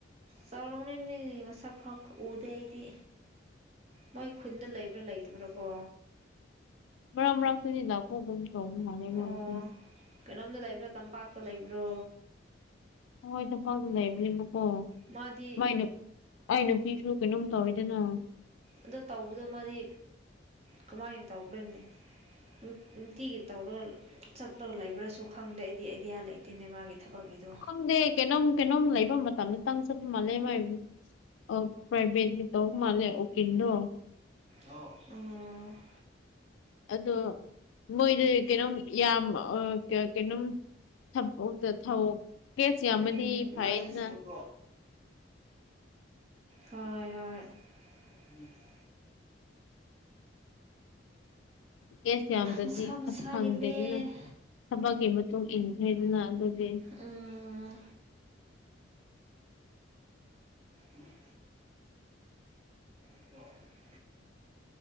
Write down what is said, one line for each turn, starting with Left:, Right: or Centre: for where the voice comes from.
Right: ꯆꯥꯎꯔꯝꯅꯤꯅꯦ ꯃꯁꯛ ꯐꯥꯎ ꯎꯗꯦ ꯑꯩꯗꯤ ꯃꯣꯏ ꯈꯨꯟꯗ ꯂꯩꯕ꯭ꯔꯥ ꯂꯩꯇꯕ꯭ꯔꯥꯀꯣ
Left: ꯃꯔꯛ ꯃꯔꯛꯇꯗꯤ ꯂꯥꯛꯄꯒꯨꯝ ꯇꯧꯕ ꯃꯥꯜꯂꯦ ꯃꯣꯏꯁꯦ
Right: ꯑꯣ ꯀꯩꯅꯣꯝꯗ ꯂꯩꯕ꯭ꯔꯥ ꯇꯝꯄꯥꯛꯇ ꯂꯩꯕ꯭ꯔꯣ
Left: ꯍꯣꯏ ꯇꯝꯄꯥꯛꯗ ꯂꯩꯕꯅꯦꯕꯀꯣ
Right: ꯃꯥꯗꯤ
Left: ꯃꯥꯏ ꯅꯨ ꯃꯥꯏ ꯅꯨꯄꯤꯁꯨ ꯀꯩꯅꯣꯝ ꯇꯧꯋꯤꯗꯅ
Right: ꯑꯗꯣ ꯇꯧꯕꯗꯣ ꯃꯥꯗꯤ ꯀꯃꯥꯏꯅ ꯇꯧꯕ꯭ꯔꯥꯅꯦ ꯅꯨꯡ ꯅꯨꯡꯇꯤꯒꯤ ꯇꯧꯔꯒ ꯆꯠꯂꯒ ꯂꯩꯕ꯭ꯔꯁꯨ ꯈꯪꯗꯦ ꯑꯩꯗꯤ ꯑꯥꯏꯗꯤꯌꯥ ꯂꯩ ꯇꯦꯅꯦ ꯃꯥꯒꯤ ꯊꯕꯛꯀꯤꯗꯣ
Left: ꯈꯪꯗꯦ ꯀꯩꯅꯣꯝ ꯀꯩꯅꯣꯝ ꯂꯩꯕ ꯃꯇꯝꯗꯇꯪ ꯆꯠꯄ ꯃꯥꯜꯂꯦ ꯃꯥꯏ ꯑꯧ ꯄ꯭ꯔꯥꯏꯕꯦꯠꯀꯤ ꯇꯧꯕ ꯃꯥꯜꯂꯦ ꯎꯀꯤꯜꯗꯣ
Right: ꯎꯝ
Left: ꯑꯗꯣ ꯃꯣꯏꯗꯤ ꯀꯩꯅꯣꯝ ꯌꯥꯝ ꯑ ꯀ ꯀꯩꯅꯣꯝ ꯊꯕ ꯊꯕꯛ ꯀꯦꯁ ꯌꯥꯝꯃꯗꯤ
Right: ꯎꯝ
Left: ꯐꯩꯗꯅ
Right: ꯍꯣꯏ ꯍꯣꯏ <inaudible>
Left: ꯀꯦꯁ ꯌꯥꯝꯗ꯭ꯔꯗꯤ
Right: ꯃꯁꯥ ꯃꯁꯥꯒꯤꯅꯦ
Left: ꯊꯕꯛ ꯐꯪꯗꯦꯗꯅ ꯊꯕꯛꯀꯤ ꯃꯇꯨꯡ ꯏꯟꯈ꯭ꯔꯦꯗꯅ ꯑꯗꯨꯗꯤ
Right: ꯑꯥ ꯎꯝ <inaudible>